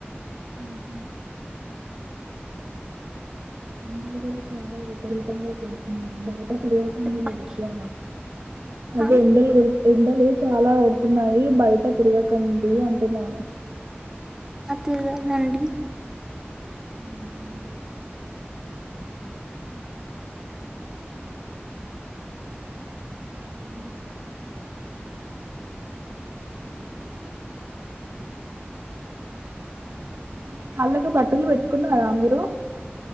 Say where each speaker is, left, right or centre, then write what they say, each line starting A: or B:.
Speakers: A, on the right (about 85°); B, on the right (about 15°).
A: ఊఉయ్ అది కూడా చాలా విపరీతంగా చెడుతున్నా బయట <unintelligible>
B: చెప్పండి
A: అదే
B: ఆ
A: ఎండలు పెరిగితే ఎండలు చాలా కొడుతున్నాయి బయట తిరగకండి అంటున్నాను
B: తిరగమండి
A: ఉమ్ ఉమ్మ్ మీ కాళ్ళకు పాటీలు పెట్టుకున్నారా మీరు